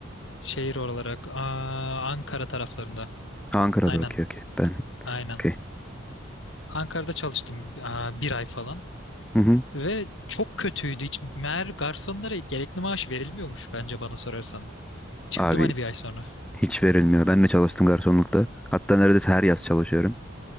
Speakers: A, on the left; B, in the centre.
A: şehir olarak aa, Ankara taraflarında.
B: Ha, Ankara'da
A: Aynen
B: okey okey. Ben
A: aynen.
B: okey.
A: Ankara'da çalıştım aa, bir ay falan.
B: Hı hı.
A: Ve çok kötüydü. Hiç meğer garsonlara gerekli maaş verilmiyormuş bence bana sorarsan. Çıktım
B: Abi
A: hani bir ay sonra.
B: hiç verilmiyor. Ben de çalıştım garsonlukta. Hatta neredeyse her yaz çalışıyorum.